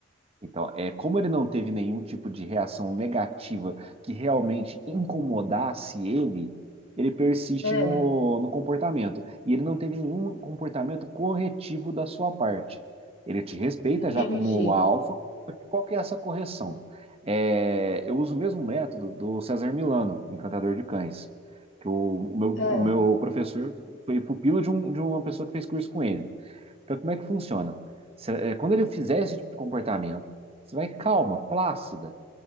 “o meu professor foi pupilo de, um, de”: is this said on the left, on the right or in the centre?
Right